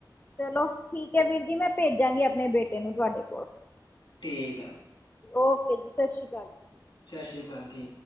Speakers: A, on the left (about 25°); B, on the left (about 75°).
A: ਚਲੋ ਠੀਕ ਹੈ ਵੀਰ ਜੀ, ਮੈਂ ਭੇਜਾਂਗੀ ਆਪਣੇ ਬੇਟੇ ਨੂੰ ਤੁਹਾਡੇ ਕੋਲ।
B: ਠੀਕ ਐ।
A: ਓਕੇ ਜੀ, ਸਤ ਸ਼੍ਰੀ ਕਾਲ।
B: ਸਾ ਸ਼੍ਰੀ ਕਾਲ ਦੀ।